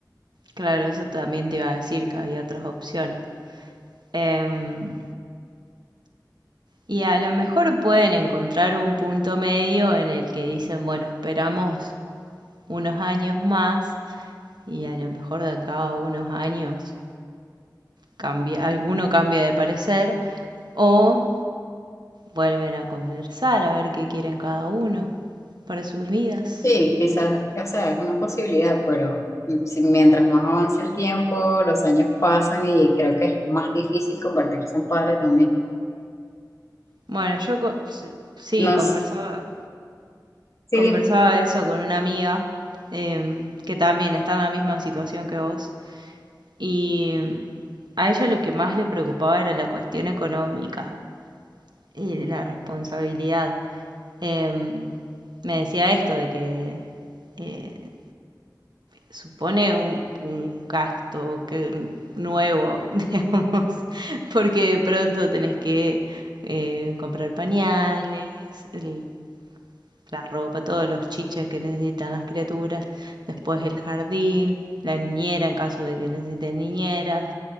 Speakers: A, on the right; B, on the left.
A: claro, eso también te iba a decir que había otras opciones. Em, y a lo mejor pueden encontrar un punto medio en el que dicen, bueno, esperamos unos años más y a lo mejor de acá a unos años cambia, alguno cambia de parecer o vuelven a conversar a ver qué quieren cada uno para sus vidas.
B: Sí, quizás, o sea, es una posibilidad, pero si- mientras más avance el tiempo, los años pasan y creo que es más difícil convertirse en padre también.
A: Bueno, yo co- s- sí,
B: No
A: conversaba,
B: sé, sí,
A: conversaba
B: dime.
A: eso con una amiga em, que también está en la misma situación que vos y a ella lo que más le preocupaba era la cuestión económica y la responsabilidad. Em, me decía esto de que eh, supone un, un gasto que, nuevo, <laughs> digamos, porque de pronto tenés que eh, comprar pañales, el- la ropa, todos los chiches que necesitan las criaturas, después el jardín, la niñera en caso de que necesiten niñera.